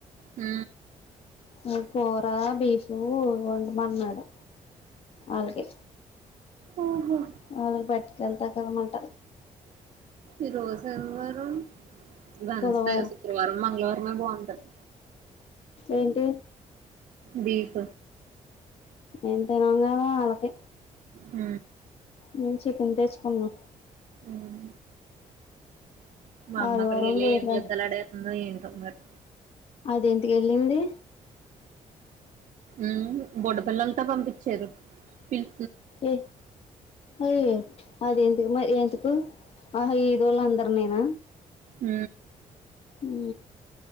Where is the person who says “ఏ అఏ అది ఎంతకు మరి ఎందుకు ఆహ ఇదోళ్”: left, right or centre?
Left